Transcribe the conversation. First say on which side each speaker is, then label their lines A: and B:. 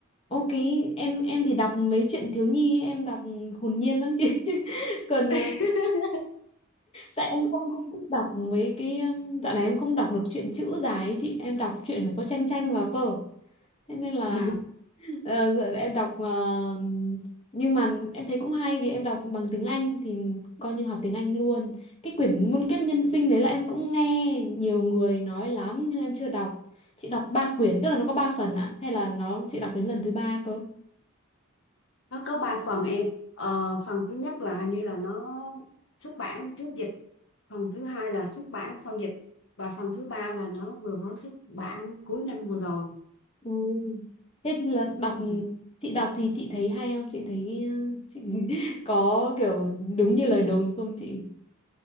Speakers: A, on the left; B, on the left.
A: Ok, em em thì đọc mấy chuyện thiếu nhi, ấy, em đọc hồn nhiên lắm chị. <laughs> Còn ờ,
B: <laughs>
A: tại em không không thích đọc mấy cái um, dạo này em không đọc được truyện chữ dài ấy chị em đọc truyện phải có tranh tranh vào cơ thế nên là
B: Ờ,
A: <laughs> ờ, giờ em đọc ờ, nhưng mà em thấy cũng hay vì em đọc bằng tiếng Anh thì coi như học tiếng Anh luôn cái quyển Muôn kiếp nhân sinh đấy là em cũng nghe nhiều người nói lắm nhưng em chưa đọc chị đọc ba quyển tức là nó có ba phần ạ hay là nó chị đọc đến lần thứ ba cơ
B: nó có ba phần em Ờ, phần thứ nhất là hình như là nó xuất bản trước dịch phần thứ hai là xuất bản sau dịch và phần thứ ba là nó vừa mới xuất bản cuối năm vừa rồi
A: Ừ. Thế là đọc
B: Ừ.
A: chị đọc thì chị thấy hay không? Chị thấy ừ, chị <laughs> có kiểu đúng như lời đồn không chị?